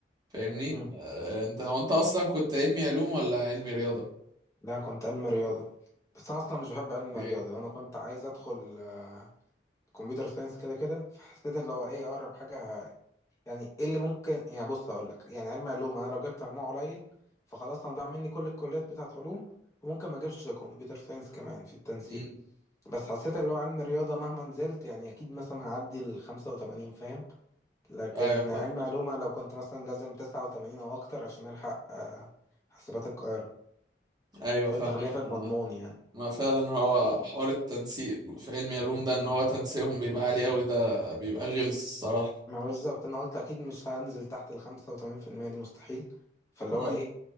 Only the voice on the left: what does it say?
مم.
لا كنت علم رياضه بس انا اصلا مش بحب علم
الرياضه انا كنت عايز ادخل آه، كمبيوتر ساينس كده كده فحسيت اللي هو ايه اقرب حاجه ه- يعني ايه اللي ممكن يعني بص اقول لك يعني علم علوم انا لو جبت مجموع قليل فخلاص انا ضاع مني كل الكليات بتاعت علوم وممكن ما اجيبش كمبيوتر ساينس كمان في التنسيق
بس حسيت اللي هو علم الرياضه مهما نزلت يعني اكيد مثلا هعدي ال 85 فاهم لكن
علم علومة لو كنت مثلا لازم تسعة وتمانين أو أكتر عشان ألحق آه، حاسبات القاهرة
فقلت
خلينا في المضمون
يعني
ما بالظبط أنا قلت أكيد مش هنزل تحت الخمسة وتمانين في المية دي مستحيل فاللي
هو إيه